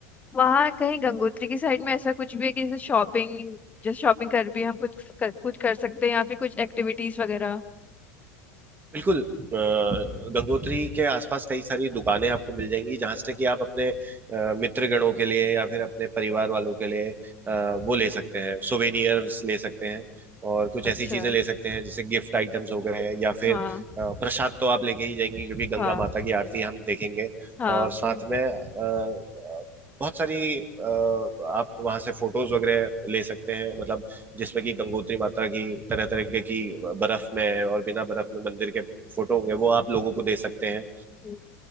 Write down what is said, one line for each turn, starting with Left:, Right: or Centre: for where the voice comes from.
Left: वहाँ कहीं गंगोत्री की साइड में ऐसा कुछ भी है कि जैसे शॉपिंग जैसे शॉपिंग कर भी हम कुछ कर, कुछ कर सकते हैं या फिर कुछ एक्टिविटीज वगैरह
Right: बिल्कुल अ, गंगोत्री के आसपास कई सारी दुकानें आपको मिल जाएंगी जहां से कि आप अपने अ, मित्रगणों के लिए या फिर अपने परिवार वालों के लिए अ, वो ले सकते हैं सोवेनियर्स ले सकते हैं और कुछ
Left: अच्छा
Right: ऐसी चीजें ले सकते हैं जैसे गिफ्ट आइटम्स हो गए या फिर
Left: हाँ
Right: अ, प्रसाद तो आप लेके ही जाएंगी क्योंकि
Left: हाँ
Right: गंगा माता की आरती हम देखेंगे
Left: हाँ
Right: और साथ
Left: वही।
Right: में अ, बहुत सारी अ, आप वहां से फोटोज वगैरह ले सकते हैं मतलब जिसमें कि गंगोत्री माता की तरह तरह की बर्फ में और बिना बर्फ में मंदिर के फोटो होंगे वो आप लोगों को दे सकते हैं
Left: हम्म,